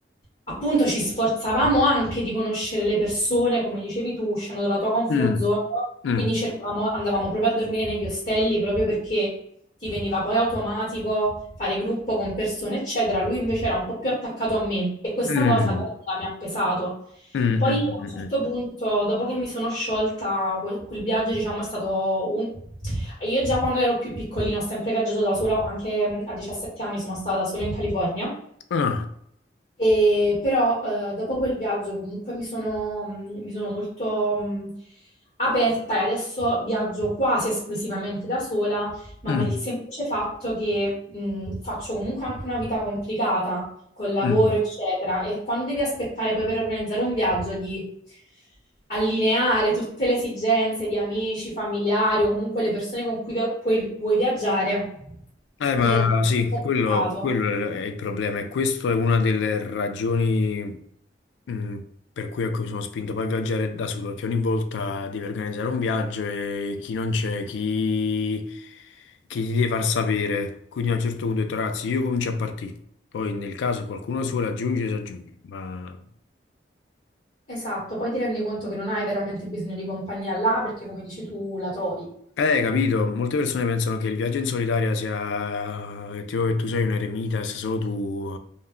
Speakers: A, on the left (about 35°); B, on the left (about 80°).
A: appunto ci sforzavamo anche di conoscere le persone, come dicevi tu, uscendo dalla tua comfort
B: mm,
A: zone,
B: mm.
A: quindi cercavamo, andavamo proprio a dormire negli ostelli proprio perché ti veniva poi automatico fare gruppo con persone, eccetera. Lui invece era un po' più attaccato a me e questa
B: Mm,
A: cosa alla lunga mi ha pesato.
B: mm, mm,
A: Poi
B: mm,
A: a un
B: mm.
A: certo
B: mm.
A: punto, dopo che mi sono sciolta, quel, quel viaggio, diciamo, è stato un... Io già quando ero più piccolino ho sempre viaggiato da sola, anche mm, a 17 anni sono stata da sola in California
B: Ah,
A: e però eh, dopo quel viaggio comunque mi sono, mm, mi sono molto mh, aperta e adesso viaggio quasi esclusivamente da sola, ma
B: mm,
A: per il semplice fatto che mh, faccio comunque anche una vita complicata col lavoro,
B: mm.
A: eccetera, e quando devi aspettare poi per organizzare un viaggio di allineare tutte le esigenze di amici, familiari o comunque le persone con cui vi- puoi- vuoi viaggiare,
B: Eh,
A: diventa
B: ma
A: un
B: sì,
A: po'
B: quello,
A: complicato.
B: quello è il problema e questa è una delle ragioni mm, per cui ecco, mi sono spinto poi a viaggiare da solo, perché ogni volta devi organizzare un viaggio e chi non c'è, chi, chi ti deve far sapere. Quindi a un certo punto ho detto, ragazzi, io comincio a partire, poi nel caso qualcuno suole aggiunge, si aggiunge, ma...
A: Esatto, poi ti rendi conto che non hai veramente bisogno di compagnia là perché, come dici tu, la trovi.
B: Eh, capito, molte persone pensano che il viaggio in solitaria sia, eh, tipo che tu sei un eremita e sei solo tu,